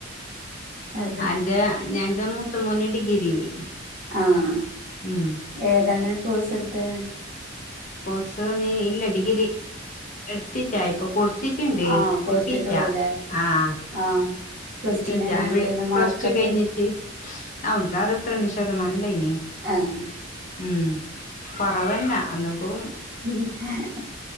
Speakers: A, on the right (about 45°); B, on the left (about 40°).
A: അതെ
B: അന്റെ ഞാ ന്റെ മൂത്ത മോന് ഡിഗ്രിയില്
A: ആഹ്
B: ഉം
A: ഏതാണ് കോയ്സ്ട്ത്തെ
B: കോഴ്സോ ന് ഇല്ല ഡിഗ്രി എട്ത്തില്ലാ പ്പം കൊട്ത്തിട്ട്ണ്ട്
A: ആഹ് കൊടുത്തിട്ടുള്ളൂല്ലേ
B: കിട്ടീല്ലാ ആഹ്
A: ആഹ് പ്ലസ്
B: കിട്ടീട്ടാ
A: ടുവിന് എങ്ങനെ
B: ഇവിയു
A: ഉണ്ടായിരുന്നു
B: പ്രസ്റ്റു
A: മാർക്കൊക്കെ
B: കഴിഞ്ഞിട്ട് അവൻക്കാറ്ത്രണ്ട് ശതമാനം ഇണ്ടായിന്
A: ആഹ്
B: ഉം കൊറവന്നെ അന്ന്ക്കും
A: <unintelligible>